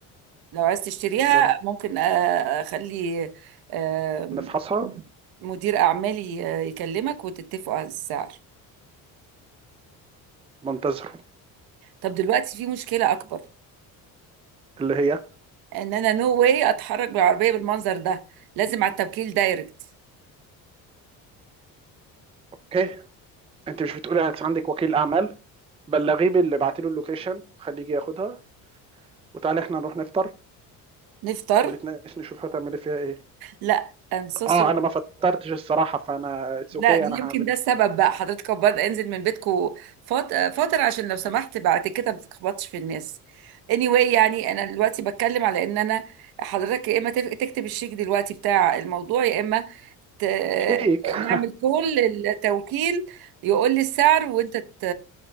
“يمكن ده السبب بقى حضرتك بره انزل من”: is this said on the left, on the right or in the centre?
Right